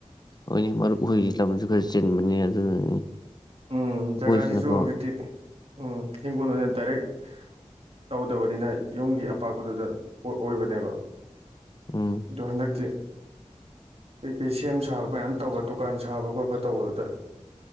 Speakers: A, on the left; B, on the right.
A: ꯍꯣꯏꯅꯦ ꯃꯔꯨꯞ ꯍꯣꯏꯒꯤ ꯂꯝꯁꯨ ꯈꯔ ꯆꯤꯟꯕꯅꯤꯅꯦ ꯑꯗꯨꯅꯅꯤ
B: ꯎꯝ
A: ꯑꯩꯈꯣꯏꯁꯤꯅꯀꯣ
B: ꯖꯒꯥꯁꯤꯁꯨ ꯍꯧꯖꯤꯛꯇꯤ ꯎꯝ ꯍꯤꯡꯒꯣꯜ ꯑꯣꯏꯅ ꯗꯥꯏꯔꯦꯛ ꯇꯧꯗꯕꯅꯤꯅ ꯌꯨꯝꯒꯤ ꯑꯄꯥꯛꯄꯗꯨꯗ ꯑꯣꯏꯕꯅꯦꯕ
A: ꯎꯝ
B: ꯑꯗꯣ ꯍꯟꯗꯛꯇꯤ ꯀꯩꯀꯩ ꯁꯦꯝ ꯁꯥꯕ ꯃꯌꯥꯝ ꯇꯧꯕ ꯗꯨꯀꯥꯟ ꯁꯥꯕ ꯈꯣꯠꯄ ꯇꯧꯕꯗꯨꯗ